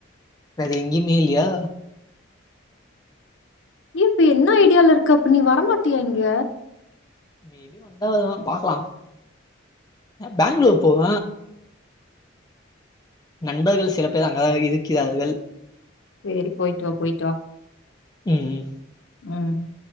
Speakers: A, on the left (about 20°); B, on the left (about 70°).
A: வேற எங்கியுமே இல்லியா
B: ஏ இப்ப என்ன ஐடியால இருக்க அப்ப நீ வரமாட்டியா இங்க
A: மேபி வந்தா இதலா பாக்கலா பேங்களூர் போவ நண்பர்கள் சில பேர் அங்கதான இருக்கிறார்கள்
B: சேரி போயிட்டு வா போயிட்டு வா
A: ம்
B: ம்